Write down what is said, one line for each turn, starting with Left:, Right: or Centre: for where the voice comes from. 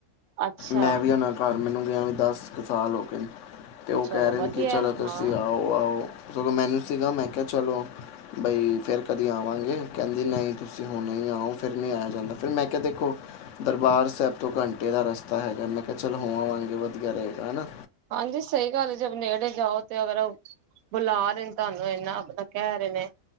Right: ਅੱਛਾ
Left: ਮੈਂ ਵੀ ਓਨਾ ਕਾਰ ਮੈਨੂੰ ਗਯਾ ਵੀ ਦਸ ਕੁ ਸਾਲ ਹੋਗੇ ਨੇ ਤੇ ਉਹ
Right: ਚਲੋ
Left: ਕਹਿ ਰਹੇ
Right: ਵਧੀਆ
Left: ਨੇ ਕਿ ਚਲੋ ਤੁਸੀਂ
Right: ਹਾਂ
Left: ਆਓ-ਆਓ ਸਗੋਂ ਮੈਨੂੰ ਸੀਗਾ ਮੈਂ ਕੇਹਾ ਚਲੋ ਬਈ ਫੇਰ ਕਦੀ ਆਵਾਂਗੇ ਕਹਿੰਦੀ ਨਹੀਂ ਤੁਸੀਂ ਹੁਣੇ ਹੀ ਆਓ ਫਿਰ ਨੀ ਆਇਆ ਜਾਂਦਾ ਫਿਰ ਮੈਂ ਦੇਖੋ ਦਰਬਾਰ ਸੈਬ ਤੋਂ ਘੰਟੇ ਦਾ ਰਸਤਾ ਹੈਗਾ ਮੈਂ ਕਿਹਾ ਚੱਲ ਹੋ ਆਵਾਂਗੇ ਵਧੀਆ ਰਹੇਗਾ ਹੈ ਨਾ-
Right: ਹਾਂਜੀ ਸਹੀ ਗੱਲ ਏ ਜੇ ਨੇੜੇ ਜਾਓ ਤੇ ਅਗਰ ਓ ਬੁਲਾ ਰੇ ਨੇ ਤੁਹਾਨੂੰ ਇੰਨਾ ਆਪਣਾ ਕਹਿ ਰਹੇ ਨੇ